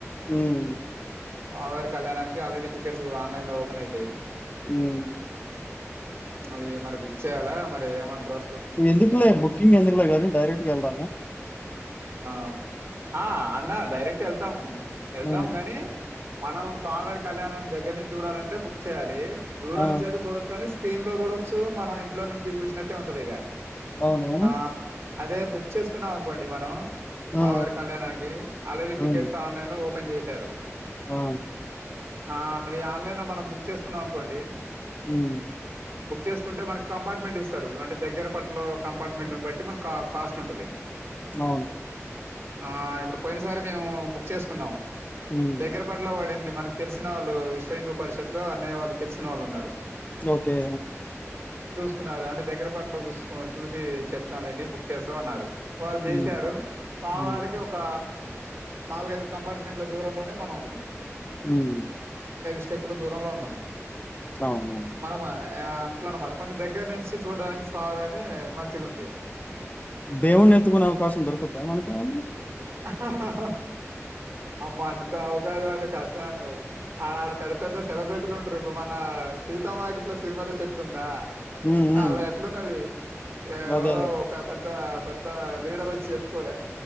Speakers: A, on the left; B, on the right.
A: ఉమ్
B: స్వామి వారి కళ్యాణానికి ఆల్రెడీ టికెట్స్ లైన్లా ఓపన్ అయితయి
A: హ్మ్
B: అవి మరి బుక్ చేయ్యాలా మరి ఏమట్రో
A: ఎందుకులే బకకింగ్ ఎందుకులే వలి డైరెక్ట్ వెలద
B: ఆ ఆ అన్న డైరెక్ట్ వెళ్తాము వెళ్దాము
A: ఉమ్
B: కాగాని మనం స్వామివారి కళ్యాణం దగ్గర నుంచి చూడాలంటే బుక్ చేయాలి దూర
A: ఆ
B: అనుచార డ కానీ స్క్రీన్ లో చూడొచ్చు మనం ఇంట్లో నుంచి చూసినట్టే ఉంటంది ఇక
A: అవును
B: ఆ అదే బుక్ చేసుకున్నాం అనుకోండి మనం స్మివారి
A: ఆ
B: కళ్యాణానికి ఆల్రెడీ టికెట్స్
A: ఉమ్
B: ఆన్లైన్ లో పని చేశారు
A: ఆ
B: ఆ అవి ఆన్లైన్ లో మనం బుక్ చేసుకున్నాం అనుకోండి
A: ఉమ్
B: బుక్ చేసుకుంటే మనకి కంపార్ట్మెంట్ ఇస్తారు అంటే దగ్గర పట్ల కంపార్ట్మెంట్ని బట్టి మన కాస్ట్ ఉంటుంది
A: అవును
B: ఆ ఇప్పుడు పోయిన సారి మేము చేసుకున్నాము
A: ఉమ్
B: దగ్గర పట్ల పడింది మనకు తెలిసిన వాళ్ళు వి హిూ పరిషత్తు లో అన్న్య వాళ్ళు తెలిసిన వాళ్ ఉన్నారు
A: ఓకే
B: చన్నారు అంటే దగ్గర పట్టులో చూసు చూసి చెప్తాంలేండి బుక్ చేస్తామ అన్నారు వాళ్ళు చేసారు
A: ఉమ్
B: స్వామివారికి
A: ఉమ్
B: ఒక నాలుగైదు కంపార్ట్మెంట్ల దూరంలోనే మనం ఉన్నాం
A: హ్మ్మ్
B: స్టెప్లు దూరంలో ఉన్నాం
A: అవునవును
B: మనామా ఆ అట్లా అన్నమాట కొంచెం దగ్గర చూడడానికి స్వాభన్ని మంచిగా ఉంది
A: దేవుణ్ని ఎత్తుకునే అవకాశం దొరుకుద్దా మనకు ఏమన్నా
B: హహ అమ్మ అంత అవకాశం అంటే కష్టమే అన్నో ఆడ ఆడ పెద్ద పెద్ద సెలబ్రిటీలు ఉంటారు ఇప్పుడు మన సీతమ్మ వాకిట్లో సిరిమల్లె చెట్టు ఉందా
A: ఉమ్ ఉమ్
B: అలా ఎట్లున్నది ఎవరో
A: అదే అదే
B: ఒక పెద్ద పెద్ద పెద్ద లీడర్ వచ్చి ఎత్కోలే